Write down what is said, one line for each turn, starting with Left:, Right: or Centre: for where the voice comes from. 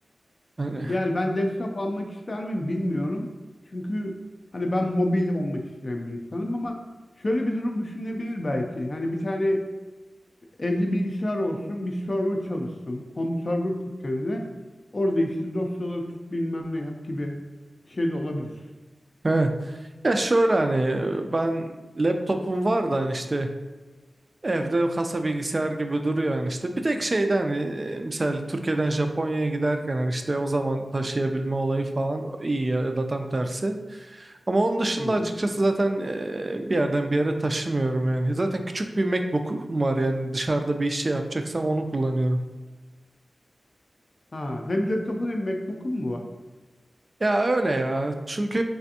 Right: Hani
Left: Yani ben desktop almak ister miyim bilmiyorum. Çünkü hani ben mobil olmak isteyen bir insanım ama şöyle bir durum düşünebilir belki. Hani bir tane Evde bilgisayar olsun, bir server çalışsın. Home server kur kendine. Orada işte dosyaları tut bilmem ne yap gibi bir şey de olabilir.
Right: evet. Ya şöyle hani ben laptopum var da hani işte evde kasa bilgisayar gibi duruyor yani işte. Bir tek şeyde hani e, mesela Türkiye'den Japonya'ya giderken hani işte o zaman taşıyabilme olayı falan iyi ya, ya da tam tersi. Ama onun dışında
Left: Hı hı.
Right: açıkçası zaten e, bir yerden bir yere taşımıyorum yani. Zaten küçük bir MacBook'um var yani dışarıda bir iş şey yapacaksam onu kullanıyorum.
Left: Ha, hem laptopun hem MacBook'un mu var?
Right: Ya öyle ya. Çünkü